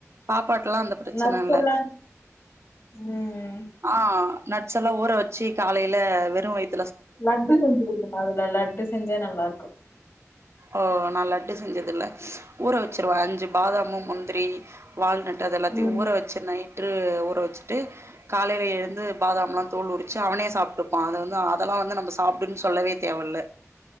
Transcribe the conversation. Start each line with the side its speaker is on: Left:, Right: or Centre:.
Right: பாப்பாட்லா அந்த பிரச்சன
Left: நட்ஸ்ஸெல்லா
Right: இல்ல
Left: ம்
Right: ஆ நட்ஸ்ஸெல்லா ஊற வச்சு காலைல வெறு வய்
Left: லட்டு செஞ்சு குடுங்கமா அதுல லட்டு செஞ்சா நல்லாருக்கு
Right: ஓ நா லட்டு செஞ்சதில்ல ஊற வச்சுருவே அஞ்சு பாதாமு முந்திரி வால்நட் அது எல்லாத்தையு
Left: ம்.
Right: ஊற வச்சு நைட்டு ஊற வச்சுட்டு காலைல எழுந்து பாதாம்லா தோல் உரிச்சு அவனே சாப்ட்டுப்பா அத வந்து அதெல்லா வந்து நம்ம சாப்டுன் சொல்லவே தேவல்ல